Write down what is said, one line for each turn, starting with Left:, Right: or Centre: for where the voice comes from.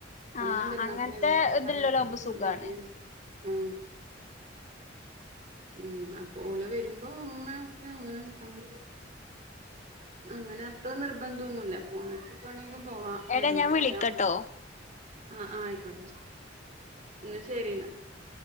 Right: ഒന്നാം
Left: ആഹ്
Right: പെരുന്നാൾക്ക്
Left: അങ്ങനത്തെ
Right: എല്ലാരും
Left: ഇതില്ലോലാവുമ്പോ
Right: പറഞ്ഞേ <unintelligible>
Left: സുഖാണ്
Right: ആ ഉം അപ്പോ ഓള് വരുമ്പോ ഇമ്മ ഒക്കെ അങ്ങനെണ്ടാവും അങ്ങനെ അത്ര നിർബന്ധം ഒന്നുല്ല പോണവർക്ക് എപ്പം വേണേലും പോവാ
Left: എടാ
Right: വരുമ്പോ
Left: ഞാൻ വിളിക്കട്ടോ
Right: വരാം ആ ആ ആയിക്കോട്ടെ എന്നാ ശരിന്നാ